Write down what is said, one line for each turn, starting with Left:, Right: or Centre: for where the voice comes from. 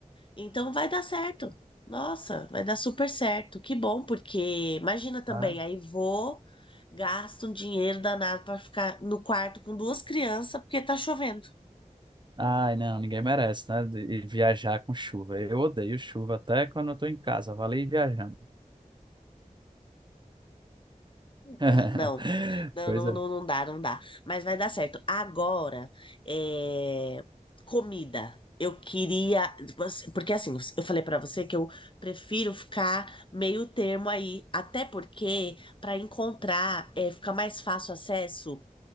Left: Então vai dar certo. Nossa, vai dar super certo. Que bom, porque imagina também,
Right: Ah,
Left: aí vou, gasto um dinheiro danado para ficar no quarto com duas crianças, porque tá chovendo.
Right: Ai, não, ninguém merece, né? de- de viajar com chuva. Eu odeio chuva até quando eu tô em casa. Valeu viajando. <laughs>
Left: É, não. Não,
Right: Pois
Left: não,
Right: é.
Left: não, não dá, não dá. Mas vai dar certo. Agora, é, comida. Eu queria. você- Porque assim, eu falei pra você que eu prefiro ficar meio termo aí. Até porque, pra encontrar, é, fica mais fácil acesso